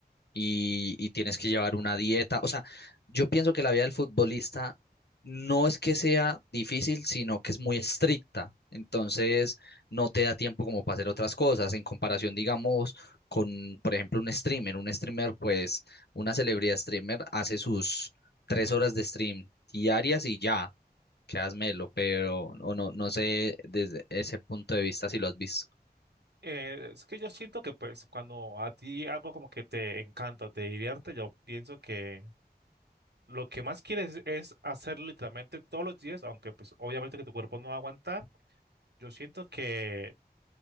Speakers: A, on the left; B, on the right.
A: y, y tienes que llevar una dieta. O sea, yo pienso que la vida del futbolista no es que sea difícil, sino que es muy estricta. Entonces, no te da tiempo como para hacer otras cosas. En comparación, digamos, con, por ejemplo, un streamer. Un streamer, pues, una celebridad streamer hace sus tres horas de stream diarias y ya, quedas melo, pero o no, no sé desde ese punto de vista si lo has visto.
B: Eh, es que yo siento que pues cuando a ti algo como que te encanta, te divierte, yo pienso que lo que más quieres es hacerlo literalmente todos los días, aunque pues obviamente que tu cuerpo no va a aguantar. Yo siento que